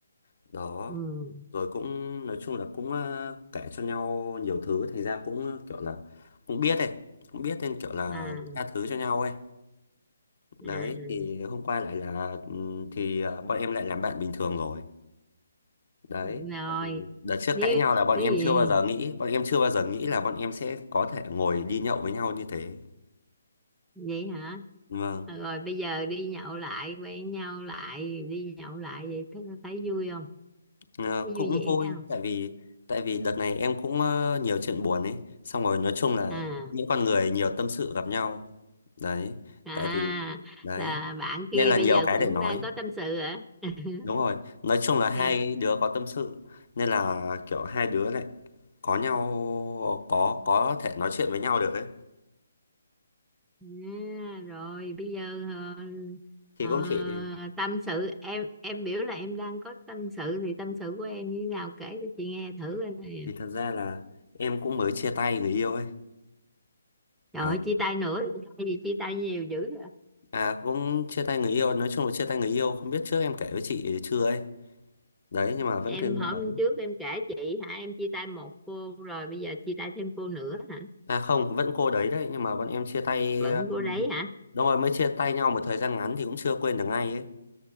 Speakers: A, on the left; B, in the centre.
A: đó
B: ừ
A: rồi cũng nói chung là cũng ờ, kể cho nhau nhiều thứ thành ra cũng kiểu là cũng biết ấy cũng biết nên kiểu là
B: à
A: tha thứ cho nhau ấy đấy
B: à à.
A: thì hôm qua lại là ừm, thì à, bọn em lại làm bạn bình thường rồi đấy
B: rồi
A: tại vì đợt trước
B: như
A: cãi nhau là bọn
B: cái
A: em
B: gì
A: chưa bao giờ nghĩ bọn em chưa bao giờ nghĩ là bọn em sẽ có thể ngồi đi nhậu với nhau như thế
B: vậy hả
A: vâng
B: À, rồi bây giờ đi nhậu lại quen nhau lại đi nhậu lại vậy thấy thấy vui không
A: à,
B: thấy
A: cũng
B: vui vẻ
A: vui
B: không
A: tại vì tại vì đợt này em cũng ờ, nhiều chuyện buồn ấy xong rồi nói chung là
B: à
A: những con người nhiều tâm sự gặp nhau đấy
B: à
A: tại vì đấy
B: là bạn kia
A: nên là
B: bây
A: nhiều
B: giờ
A: cái
B: cũng
A: để nói
B: đang có tâm sự hả <laughs>
A: đúng rồi nói chung là hai
B: à,
A: đứa có tâm sự nên là kiểu hai đứa lại có nhau có có thể nói chuyện với nhau được ấy
B: À, rồi bây giờ ờ,
A: thì
B: ờ,
A: cũng chỉ
B: tâm sự em em biểu là em đang có tâm sự thì tâm sự của em như thế nào kể cho chị nghe thử anh nè
A: vì thật ra là em cũng mới chia tay người yêu ấy
B: trời
A: đấy.
B: ơi, chia tay nữa hay gì chia tay nhiều dữ vậy?
A: à cũng chia tay người yêu nói chung là chia tay người yêu không biết trước em kể với chị chưa ấy đấy nhưng mà vẫn
B: em
A: cái người
B: hôm
A: đấy
B: trước em kể chị hả em chia tay một cô rồi bây giờ chia tay thêm cô nữa hả
A: à không vẫn cô đấy đấy nhưng mà bọn em chia tay
B: vẫn
A: um,
B: cô đấy hả
A: đúng rồi mới chia tay nhau một thời gian ngắn thì cũng chưa quên được ngay ấy